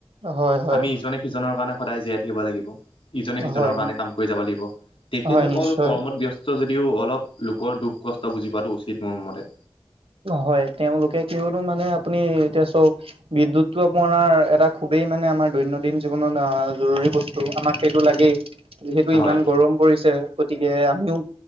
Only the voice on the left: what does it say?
আমি ইজনে সিজনৰ কাৰণে সদায় জীয়াই থাকিব লাগিব ইজনে সিজনৰ
কাৰণে কাম কৰি যাব লাগিব, তেখেতসকল
কৰ্মত ব্যস্ত যদিও অলপ লোকৰ দুখ কষ্ট বুজিবাতটো উচিত, মোৰ মতে
হয়